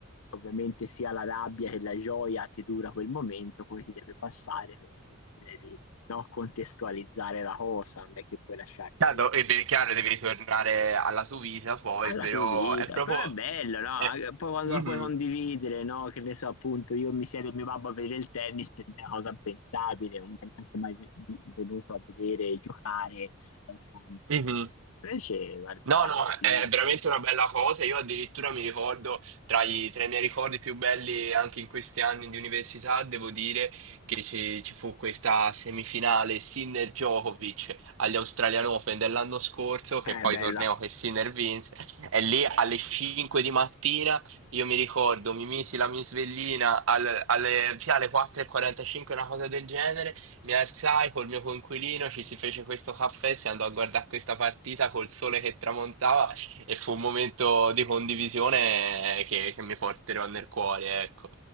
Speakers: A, on the left (about 75°); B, on the right (about 65°).
A: ovviamente sia la rabbia che la gioia ti dura quel momento, poi ti deve passare perché comunque devi, no, contestualizzare la cosa, non è che puoi lasciarti
B: Chiaro, e de- chiaro, devi tornare alla sua vita poi,
A: alla
B: però
A: tua vita,
B: è proprio...
A: però è bello, no? Anche-
B: È...
A: Poi quando
B: Mhm,
A: la puoi condividere, no? Che ne so, appunto, io mi siedo con mio babbo a vedere il tennis, per me è una cosa impensabile, non mi è neanche mai ve- vi- venuto a vedere giocare al campo.
B: mhm.
A: Invece guardare,
B: No, no,
A: sì,
B: è veramente una bella cosa. Io addirittura mi ricordo, tra i, tra i miei ricordi più belli anche in questi anni di università, devo dire che ci, ci fu questa semifinale Sinner-Djokovic agli Australian Open dell'anno scorso, che
A: è
B: poi
A: bella.
B: torneo che Sinner vinse. E lì alle 5 di mattina, io mi ricordo, mi misi la mia svellina al- alle, sì, alle 4.45, una cosa del genere, mi alzai col mio coinquilino, ci si fece questo caffè, si andò a guardare questa partita col sole che tramontava e fu un momento di condivisione che, che mi porterò nel cuore, ecco.